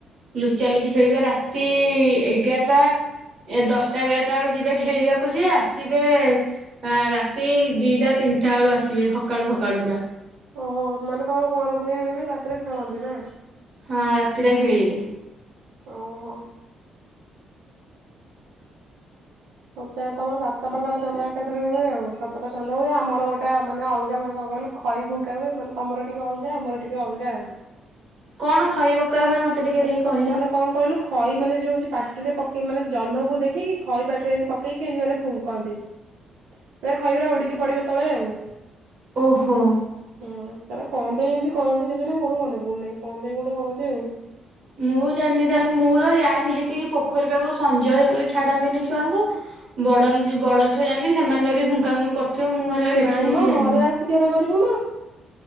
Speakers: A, on the right; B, on the right.
A: ଲୁଚା ଲୁଚି ଖେଳିବେ ରାତି ଏଗାରଟା ଏ ଦଶଟା ଏଗାରଟା ବେଳୁ ଯିବେ ଖେଳିବା କୁ ଯିବେ ଆସିବେ ଆ ରାତି ଦିଇଟା ତିନିଟା ବେଳୁ ଆସିବେ ସକାଳୁ ସକାଳୁ ପୁରା।
B: ଓହୋ ମାନେ ତମର କୁଆଁର ପୁନେଇଁ ରେ ବି ରାତିରେ ଖେଳନ୍ତି ନା।
A: ହଁ ରାତିରେ ଖେଳିବେ।
B: ଓହୋ।
A: <unintelligible>
B: ମୋତେ ତମର ସାତଟା ତାହେଲେ ଚାନ୍ଦା ଏକାଥରେ ହୁଏ ଆଉ ସାତଟା ଚାନ୍ଦା ହୁଏ ଆମର ଗୋଟେ ମାନେ ଅଲଗା ମାନେ କଣ କହିଲୁ ଖଇ ଫୁଙ୍କା ହୁଏ ମାନେ ତମର ଟିକେ ଅଲଗା ଆମର ଟିକେ ଅଲଗା।
A: କଣ ଖଇ ପକା ହୁଏ ମତେ ଟିକେ
B: ମାନେ
A: ଦେଖି
B: କଣ
A: କହିଲ
B: ମାନେ କଣ କହିଲୁ ଖଇ ମାନେ ଯେଉ ହେଉଛି ପାଟିରେ ପକେଇକି ମାନେ ଜହ୍ନକୁ ଦେଖିକି ଖଇ ପାଟିରେ ଏମିତି ପକେଇକି ମାନେ ଫୁଙ୍କନ୍ତି।
A: ହ <unintelligible>
B: ତ ଖଇଗୁରା ଉଡିକି ପଡିବ ତଳେ ଆଉ।
A: ଓହୋ।
B: ହଁ ସେଟା କଣ ପାଇଁ ଏମିତି କରନ୍ତି କେଜାଣି ମୋର ମନେ ପଡୁନାଇଁ କଣ ପାଇଁ ଗୋଟେ କରନ୍ତି ଆଉ।
A: ମୁଁ ଜାଣିନି ତାହେଲେ ମୋର ଜାଇନି ହେଠିକି ପୋଖରୀପାଖକୁ ସଞ୍ଜ ହେଇଗଲେ ଛାଡ଼ାନ୍ତିନି ଛୁଆଙ୍କୁ ବଡ଼ ଲି ବଡ଼ ପଛରେ <unintelligible> ସେମାନେ ଯଦି ଫୁାଙ୍କା ଫୁଙ୍କି କରୁଥିବେ ମୁଁ ହେରା ଦେଖିନି
B: ନାଇଁ ମ
A: କି ଜାଣିନି।
B: ଘରେ ଆସିକି ହେରା କରିବୁ ନା।